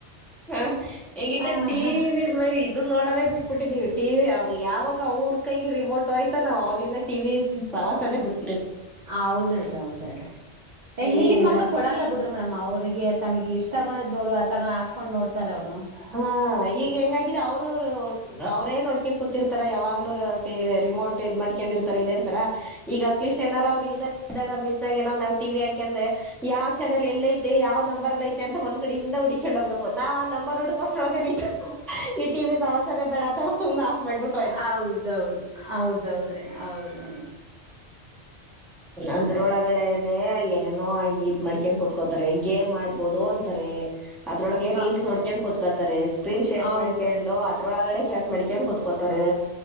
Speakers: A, in the centre; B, on the right.
A: ಹ್ಮ ಈಗಿದೆ
B: ಹ
A: ಟಿ
B: ಹಾ
A: ವಿ. <inaudible> ಅದು ನೋಡದೇ ಬಿಟ್ಬಿಟ್ಟಿದೀವಿ ಟಿವಿ ಅವ್ರು ಯಾವಾಗ ಅವ್ರ ಕೈಗೆ ರಿಮೋಟೋಯ್ತು ನಾವ್ ಅವಾಗಲಿಂದ. ಟಿವಿ ಸವಾಸ ನ ಬಿಟ್ಟ
B: ಹೌದೇಡ್ರಿ ಹೌದೇಡ್ರಿ ಈಗನ್
A: ಹಿಂಗ
B: ಮಕ್ಕಳ ಕೊಡಲ್ಲ ಬಿಟ್ಟ ಮೇಡಮ್ ಅವ್ರಿಗೆ ತಮಗೆ ಇಷ್ಟ ಬಂದ್ ನೋಡ್ ತ ಹಾಕೊಂಡ್ ನೋಡ್ತಾರ ಅವ್ರು
A: ಹಾ ಈಗ ಹೆಂಗಾಗಿದೆ ಅವ್ರರು ಅವ್ರೇನ್ ನೋಡ್ಕೊಂಡ್ ಕೂತಿರ್ತಾರ ಯಾವಾಗ್ಲೂರು ರಿಮೋಟ್ ಇದ್ ಮಾಡಡ್ಕೊಂಡ ಇರ್ತಾರ ಇದ ಇರ್ತಾರ ಈಗ ಅಟ್ಲೀಸ್ಟ್ ಏನಾರ ಅವ್ರ ಇಲ್ದ ಇದಾಗ ಮಿಸ್ ಆಗ ನಾರ ನಾ ಟಿ ವಿ ಅಂದ್ರೆ ಯಾವ ಚಾನಲ್ ಎಲ್ಲ ಐತೆ ಯಾವ ನಂಬರ್ ಅಲ್ಲ ಐತೆ ಅಂತ ಒಂದ್ ಕಡೆಯಿಂದ ಹುಕೊಂಡ್ ಹೋಗ್ಬೇಕು ನಾ ನಂಬರ್ ಹುಡ್ಕೋಸ್ಟ್ರೊಳಗೆ ಈ ಟಿ ಈ ಟಿವಿ ಸವಾಸನೆ ಬೇಡ ಅಂತ ಸುಮ್ನೆ ಆಫ್ ಮಾಡ್ಬಿಟ್ಟು
B: ಹೌದೌದ್ ಹೌದೌದ್ರಿ ಹೌದ್ರಿಡ
A: ಅದ್ರೊಳಗಡೆನೆೇ ಏನೇನೋ ಇದ ಮಾಡಡ್ಕನ್ ಕುೂತ್ಕೋತಾರೆ ಗೇಮ್ ಮಾಡ್ಬೋದು ಅಂತಾರೆ ಅದ್ರೊಳಗೆ
B: ಹ
A: ರೀಲ್ಸ್ ನೋಡ್ಕೊಂಡ ಕುೂತ್ಕತಾರೆ ಸ್ಕ್ರೀನ್ ಶೇರ್
B: ಹೌದು
A: ಮಾಡ್ಕೊಂಡು ಅದ್ರೊಳಗಡೆ ಚ ಮಾಡಡಿಕಕಂಗ ಕುೂತ್ಕೋತಾರೆ